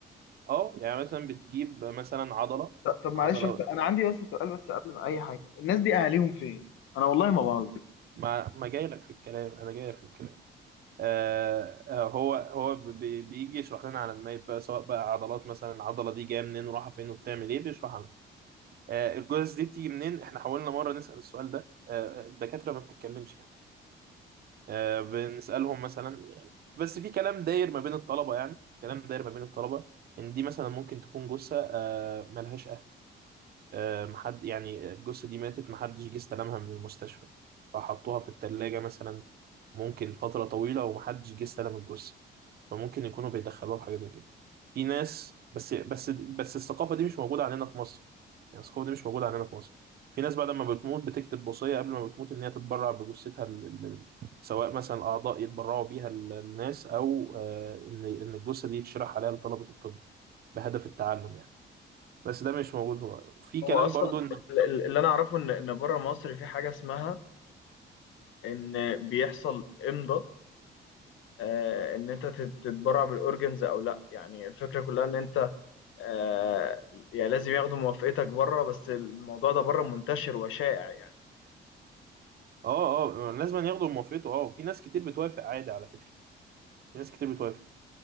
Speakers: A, on the right; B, on the left.
A: اه يعني مثلا بتجيب مثلا عضلة
B: ط- طب معلش
A: عضلة
B: بس انا عندي بس سؤال بس قبل ما اي حاجه الناس دي اهاليهم فين انا والله ما بهزر
A: ما ما جاي لك في الكلام انا جاي لك في الكلام آه آه، هو هو بي- بيجي يشرح لنا على المايب بقى سواء بقى عضلات مثلا العضلة دي جاية منين ورايحة فين وبتعمل ايه بيشرح آه، الجثث دي بتيجي منين؟ احنا حاولنا مرة نسأل السؤال ده آه، الدكاترة ما بتتكلمش يعني آه، بنسألهم مثلا يعني بس في كلام داير ما بين الطلبة يعني كلام داير ما بين الطلبة إن دي مثلا ممكن تكون جثة آه، ملهاش أهل آه، محد يعني الجثة دي ماتت محدش جه استلمها من المستشفى فحطوها في التلاجة مثلا ممكن فترة طويلة ومحدش جه استلم الجثة فممكن يكونوا بيدخلوها في حاجة زي كده في ناس بس بس بس الثقافة دي مش موجودة عندنا في مصر يعني الثقافة دي مش موجودة عندنا في مصر في ناس بقى لما بتموت بتكتب وصية قبل ما بتموت إن هي تتبرع بجثتها ل- ل- سواء مثلا أعضاء يتبرعوا بيها ل- للناس أو آه، إن إن الجثة دي يتشرح عليها لطلبة الطب بهدف التعلم يعني بس ده مش موجود في كلام
B: هو اصلا
A: برضو إن
B: ال- ال- اللي انا اعرفه ان ان بره مصر في حاجه اسمها ان بيحصل امضاء آه، ان انت تت- تتبرع بالاورجنز او لا يعني الفكره كلها ان انت آه، يعني لازم ياخدوا موافقتك بره بس الموضوع ده بره منتشر وشائع يعني
A: آه آه لازم ياخدوا موافقته آه في ناس كتير بتوافق عادي على فكرة في ناس كتير بتوافق